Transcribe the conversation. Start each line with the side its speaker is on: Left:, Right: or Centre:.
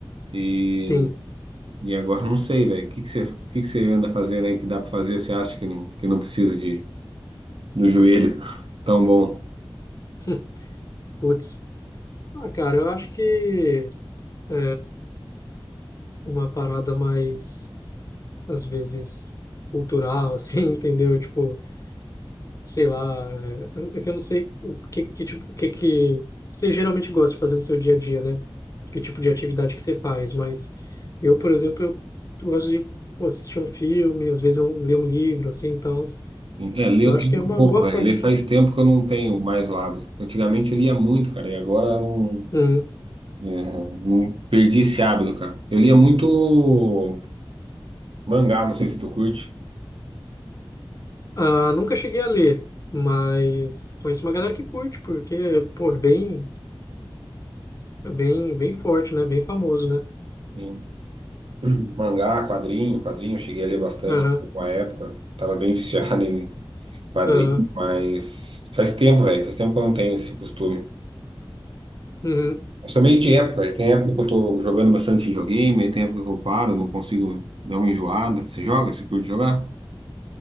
Right: e,
Left: sim.
Right: e agora eu não sei, velho. O que que você, o que que você anda fazendo aí que dá pra fazer? Você acha que não, que não precisa de, do joelho <laughs> tão bom?
Left: <laughs> Putz. Ah, cara, eu acho que é uma parada mais, às vezes, cultural, assim, <laughs> entendeu? Tipo, sei lá, é, é que eu não sei o que, que tipo, o que que você geralmente gosta de fazer no seu dia a dia, né? Que tipo de atividade que você faz, mas eu, por exemplo, eu gosto de pô, assistir um filme, às vezes eu leio um livro, assim, então
Right: É, ler
Left: Eu
Right: eu
Left: acho
Right: tô um
Left: que é uma
Right: pouco,
Left: boa
Right: velho.
Left: forma
Right: Ler
Left: de.
Right: faz tempo que eu não tenho mais o hábito. Antigamente eu lia muito, cara, e agora eu
Left: Uhum.
Right: não, é, não perdi esse hábito, cara. Eu lia muito mangá, não sei se tu curte.
Left: Ah, nunca cheguei a ler, mas conheço uma galera que curte, porque, pô, é bem, é bem, bem forte, né? Bem famoso, né?
Right: Sim. Mangá, quadrinho, quadrinho, eu cheguei a ler bastante
Left: Aham,
Right: uma época. Tava bem <laughs> viciado em quadrinho,
Left: aham,
Right: mas faz tempo, velho. Faz tempo que eu não tenho esse costume.
Left: uhum.
Right: Eu sou meio de época, velho. Tem época que eu tô jogando bastante videogame, aí tem época que eu paro, não consigo dar uma enjoada. Você joga? Você curte jogar?